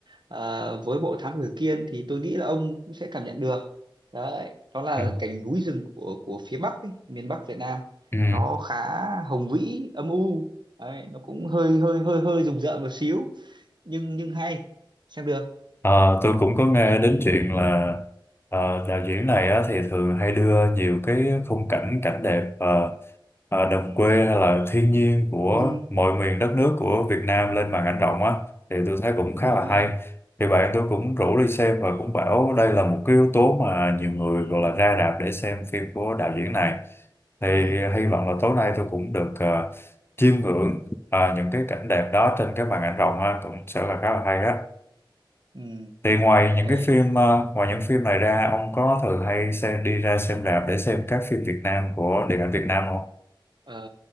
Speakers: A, on the right; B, on the left.
A: Ờ, với bộ Thám Tử Kiên thì tôi nghĩ là ông cũng sẽ cảm nhận được đấy đó là
B: Ừ.
A: cảnh núi rừng của của phía Bắc ấy, miền Bắc Việt Nam
B: Ừ.
A: nó khá hùng vĩ âm u đấy, nó cũng hơi hơi hơi hơi rùng rợn một xíu nhưng nhưng hay xem được
B: Ờ, tôi cũng có nghe đến chuyện là Ờ, đạo diễn này á, thì thường hay đưa nhiều cái khung cảnh cảnh đẹp ờ, ờ, đồng quê hay là thiên nhiên của
A: ừ,
B: mọi miền đất nước của Việt Nam lên màn ảnh rộng á thì tôi thấy cũng khá
A: đúng
B: là hay
A: rồi
B: thì bạn tôi cũng rủ đi xem và cũng bảo đây là một cái yếu tố mà nhiều người gọi là ra rạp để xem phim của đạo diễn này thì
A: ừ
B: hy vọng là tối nay tôi cũng được ờ, chiêm ngưỡng ờ, những cái cảnh đẹp đó trên cái màn ảnh rộng ha, cũng sẽ là khá là hay á
A: ừ
B: thì ngoài những
A: đấy
B: cái phim ờ, ngoài những phim này ra ông có thường hay xem đi ra xem rạp để xem các phim Việt Nam của điện ảnh Việt Nam không?
A: ờ,